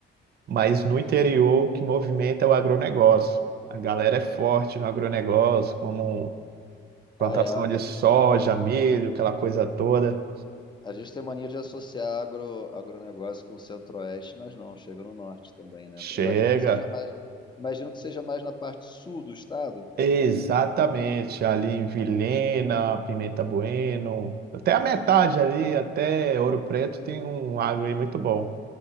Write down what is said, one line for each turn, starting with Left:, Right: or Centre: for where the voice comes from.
Right: Mas no interior, o que movimenta é o agronegócio. A galera é forte no agronegócio, como plantação
Left: Ah, é. A
Right: de soja,
Left: gente
Right: milho, aquela coisa toda.
Left: A gente tem mania de associar agro, agronegócio com o centro-oeste, mas não, chega no norte também, né?
Right: Chega.
Left: Imagino que seja mais, imagino que seja mais na parte sul do estado.
Right: Exatamente, ali em Vilhena, Pimenta Bueno, até a metade
Left: Hum,
Right: ali, até Ouro Preto, tem um agro aí muito bom.